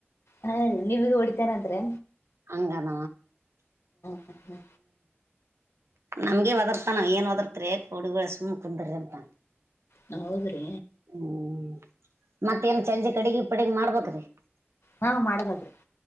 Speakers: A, on the left; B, on the right.
A: ಹಾ ನೀವಗ ಹೊಡಿತೇನೆಂದ್ರೆ
B: ಅಂಗದ
A: ಹಾ
B: ನಮ್ಗೆ ಒದರ್ತ ನಾವ ಏನ್ ವದರ್ತರಿ ಕೊೋಡುಗಳ ಸುಮ್ಮ್ ಕುಂದ್ರ ಅಂತ
A: ನಾ ಹೋದ್ರಿ
B: ಹ್ಮ್ ಮತ್ತೇನ್ ಚಜಿ ಕಡಿಗೆ ಇ ಪಡಗ ಮಾಡ್ಬೇಕೇ್ರೀ
A: ಹಾ ಮಾಡಬದ್ರಿ